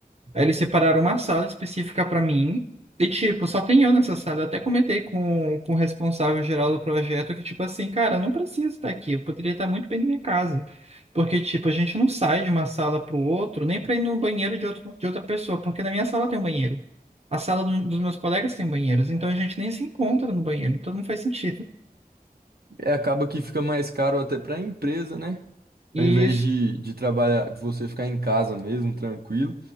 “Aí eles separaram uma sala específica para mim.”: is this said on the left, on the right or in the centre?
Right